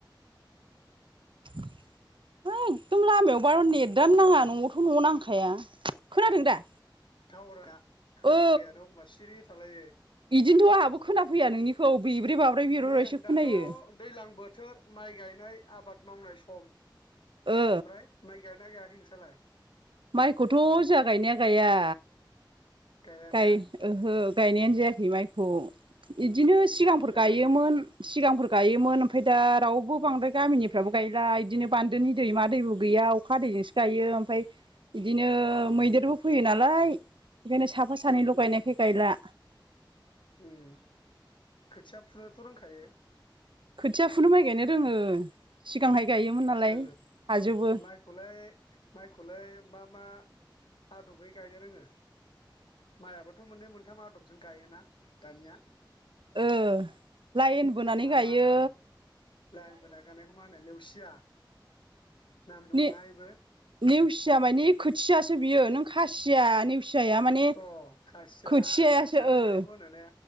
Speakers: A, on the right (about 80°); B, on the left (about 75°).
A: <inaudible> है एकदम लामायाव बार नेटानो नाङा न'आवथ' न'आव नांखाया खोनादों दा?
B: थावारा खोनाफैयानो
A: औ
B: एखनबा सिरि थालायो।
A: इदिनोथ' आंहाबो खोनाफैया नोंनिखौ बेब्रे बाब्राय बेब्रे
B: दे
A: बाब्रायसो खोनायो
B: दाथ' दैलां बोथ थोर माइ गायनाय आबाद मावनाय सम
A: ओ
B: ओमफ्राय माइ गाथ माइ गायाखै नोंसालाय?
A: माइखौथ' जोहा गायनाया गाया।
B: गाया
A: गाय
B: ने
A: ओहो गायनायानो जायाखै माइखौ। बिदिनो सिगांफोर
B: उम ओरैनो
A: गायोमोन सिगांफोर गायोमोन आमफाय दा रावबो बांद्राय गामिनिफ्राबो गायला इदिनो बान्दोनि दैमा दैबो गैया अखा दैजोंसो गायो। ओमफाय इदि इदिनो मैदेरबो
B: उम
A: फैयो नालाय बेखायनो साफा सानैल'
B: उम
A: गायनायखाय गायला।
B: उम खोथिया फुनोथ' रोंखायो?
A: खोथिया फुनो माइ गायनो रोङो सिगांहाय गायोमोन नालाय
B: ओ
A: हाजोबो
B: माइखौलाय माइखौलाय मा मा आदबै गायनो रोङो माइयाबोथ' मोननै मोनथाम आदबजों गायोना दानिया।
A: ओ लाइन बोनानै
B: मा
A: गायो
B: मा होनो लाइन बोना गानायखौ मा होनो लेवसिया? नाम दङना
A: ने
B: इबो
A: नेवसिया मानि खोथियासो बियो नों खासिया निउ फिसाया माने
B: अ खासिया
A: खोथियासो
B: खोथिया दोननायखौ
A: ओ
B: होनो ने